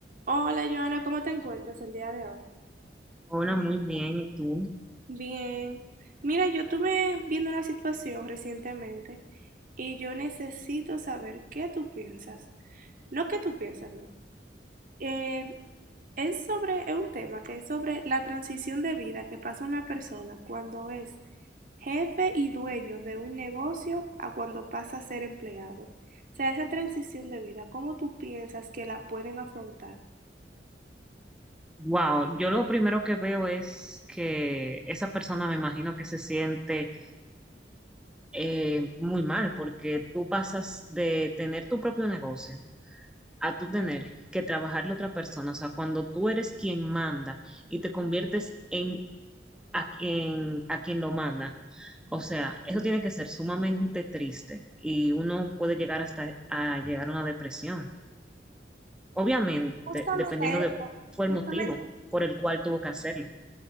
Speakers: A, on the right; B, in the centre.
A: Hola Joana, ¿cómo te encuentras el día de hoy?
B: Hola, muy bien. ¿Y tú?
A: Bien. Mira, yo estuve viendo una situación recientemente y yo necesito saber qué tú piensas. No qué tú piensas, no. Eh, es sobre, es un tema que es sobre la transición de vida que pasa una persona cuando es jefe y dueño de un negocio a cuando pasa a ser empleado. O sea, esa transición de vida, ¿cómo tú piensas que la pueden afrontar?
B: Wow, yo lo primero que veo es que esa persona me imagino que se siente eh, muy mal porque tú pasas de tener tu propio negocio a tú tener que trabajarle a otra persona. O sea, cuando tú eres quien manda y te conviertes en a quien, a quien lo manda. O sea, eso tiene que ser sumamente triste y uno puede llegar hasta a llegar a una depresión. Obviamente,
A: Justamente
B: dependiendo
A: eso,
B: de cuál fue
A: justamente
B: el motivo por el cual tuvo que hacerlo.